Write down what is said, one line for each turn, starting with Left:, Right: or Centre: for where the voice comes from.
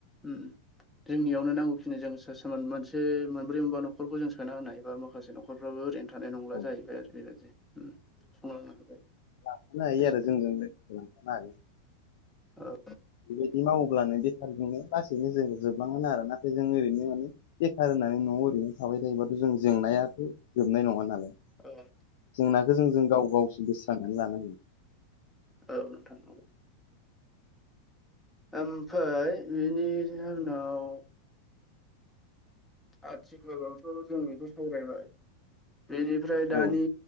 Centre: उम जों नियाव नांगौ खिनि जों सोर मोनसे मोनब्रै मोनबा न'खरखौ जों सोना होनानाय एबा माखासे नख'रफ्राबो ओरैनो थानाय नंला
Left: औ
Centre: जाहैबाय आरो बेबायदि उम संलांनो हाबाय।
Left: लांफानो हायो
Centre: सिस्टेम
Left: आरो जोंजों लांफानो हायो।
Centre: औ।
Left: बेबायदि मावोब्लानो बेखारजोंनो लासैनो जों जोबलांगोन आरोना जों ओरैनो माने बेखार होननानै न'आव ओरैनो थाबाय थायोबाथ' जों जेंनायाथ' जोबनाय नङा नालाय।
Centre: औ
Left: जेंनाखौ जों जों गाव गावसो बोस्रांनानै लानांगोन।
Centre: औ नोंथां। ओमफ्राय बिनि उनाव आथिखालावथ' जों बेखौ सावरायबाय बेनिफ्राय दानि
Left: औ